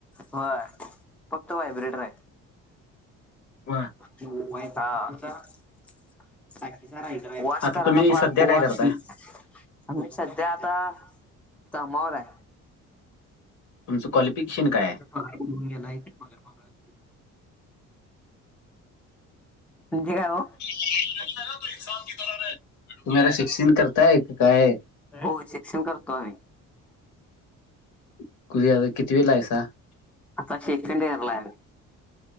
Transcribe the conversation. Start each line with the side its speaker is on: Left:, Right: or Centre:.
Centre: व्हय फक्त व्हायब्रेटर आहे.
Left: बरं.
Centre: <unintelligible> <unintelligible>
Left: आता तुम्ही सध्या काय करताय
Centre: आम्ही सध्या आता कामावर हाय.
Left: तुचं क्वालिफिकशन काय आहे?
Centre: <unintelligible> म्हणजे काय हो?
Left: <unintelligible> शिक्षण करताय काय?
Centre: नाय ओ शिक्षण करतोय.
Left: <unintelligible> कितवीला हाईस आता?
Centre: आता सेकण्ड इअर ला आहे.